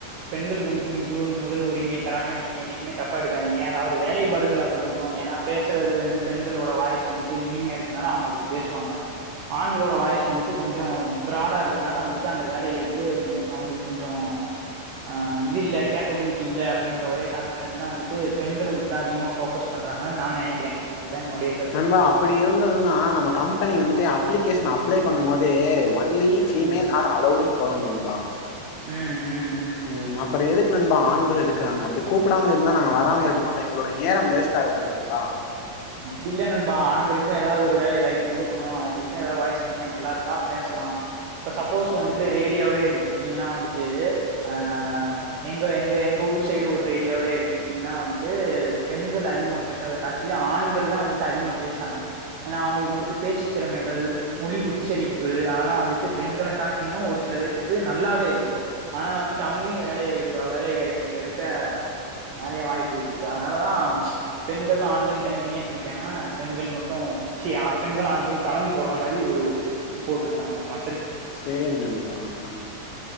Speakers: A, on the right (about 75°); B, on the left (about 75°).
A: பெண்களுக்கு வந்துட்டு முது முதல் உரிமை தராங்கன்னு நீங்க என்னைக்குமே தப்பா எடுக்காதீங்க அதாவது வேலைப்பாடுகள் அப்டி இருக்கும் ஏன்னா பேசுறது வந்து பெண்களோட வாய்ஸ்சு வந்துட்டு இனிமையா இருக்குனால அவங்க அப்டி பேசுவாங்க, ஆண்களோட வாய்ஸ் வந்துட்டு கொஞ்சோ ப்ராடா இருக்கறனால வந்துட்டு அந்த வேலைகளுக்கு அவங்களுக்கு கொஞ்சோ ஆ இது இல்ல கேப்பபிலிட்டி இல்ல அப்டின்ற ஒரே காரணத்துகான்டிதா வந்துட்டு பெண்களுக்கு அதிகமா போக்கஸ் பண்றாங்கன்னு நா நெனைக்கிறே அதா என்னுடைய கருத்து
B: நண்பா அப்படி இருந்ததுன்னா நம்ம கம்பெனி வந்துட்டு அப்ளிகேஷ நா அப்ளை பண்ணும் போது ஒ ஓன்லி ஃபிமேல்
A: ம்
B: ஆர் அலோடுன் போடனு நண்பா
A: ஆ ஆ
B: ம் அப்புறோ எதுக்கு நண்பா ஆண்கள் எடுக்கறாங்க அப்படி கூப்பிடாம இருந்தா நாங்க வராம இருக்க மாட்டோ எங்களுடைய நேரம் வேஸ்ட் ஆகாதுல நண்பா
A: அப்படி இல்ல நண்பா ஆண்களுக்கு ஏதாவது ஒரு வேலை வாய்ப்பு குடுக்கணு அவங்களுக்கு ஏதாவது வாய்ஸ் இந்த மாரி நல்லா இருந்தா பேசலாம் இப்ப சப்போஸ் வந்துட்டு ரேடியோலயே எடுத்துக்கிட்டீங்கன்னா வந்துட்டு அ எங்க எங்க எங்க ஊர் சைடு ஒரு ரேடியோலயே எடுத்துக்கிட்டீங்கன்னா வந்துட்டு பெண்கள் அதிகமா பேசுறத காட்டிலு ஆண் பெண்கள்தா வந்துட்டுஅதிகமா பேசுறாங்க ஏன்னா அவங்களுக்கு வந்துட்டு பேச்சு திறமைகள் மொழி உச்சரிப்பு அதல்லா வந்துட்டு பெண்கள காட்டிலு ஒரு சில பேத்துக்கு நல்லாவே இருக்கு அதனால வந்துட்டு அவங்களையு வேலை எடு வேலை வாய்ப்புகள் எடுக்க நெறைய வாய்ப்புகள் இருக்கு அதனாலதா பெண்கள் ஆண்கள்னு தனித்தனியா பிரிக்காம பெண்கள் மட்டும் ச்சி பெண்கள் ஆண்கள் கலந்து போடுற மாரி ஒரு போட்டிருக்காங்க ம
B: சேரி நண்பா ஆ